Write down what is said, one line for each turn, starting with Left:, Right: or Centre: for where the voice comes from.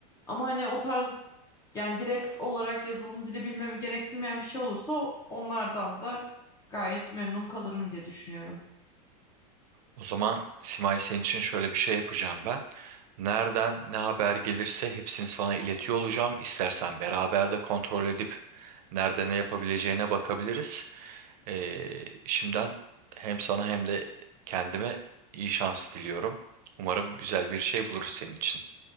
Left: Ama hani o tarz yani direkt olarak yazılım dili bilmemi gerektirmeyen bir şey olursa o- onlardan da gayet memnun kalırım diye düşünüyorum.
Right: O zaman Simay senin için şöyle bir şey yapacağım ben. Nereden ne haber gelirse hepsini sana iletiyor olacağım. İstersen beraber de kontrol edip nerede ne yapabileceğine bakabiliriz. Ee, şimdiden hem sana hem de kendime iyi şans diliyorum. Umarım güzel bir şey buluruz senin için.